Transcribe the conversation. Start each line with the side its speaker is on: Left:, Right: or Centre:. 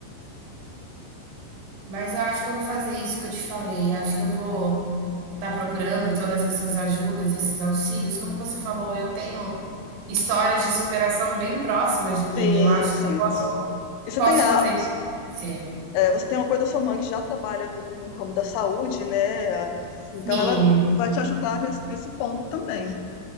Right: Mas eu acho que eu vou fazer isso que eu te falei. Acho que eu vou está procurando todas essas ajudas, esses auxílios. Como você falou, eu tenho histórias de superação bem próximas de mim.
Left: Sim,
Right: Eu acho
Left: sim.
Right: que eu posso,
Left: E você
Right: posso
Left: tem a,
Right: fazer isso acontecer.
Left: eh, você tem o apoio da sua mãe que já trabalha no ramo da saúde, né? Então
Right: Sim.
Left: ela vai te ajudar nesse, nesse ponto também.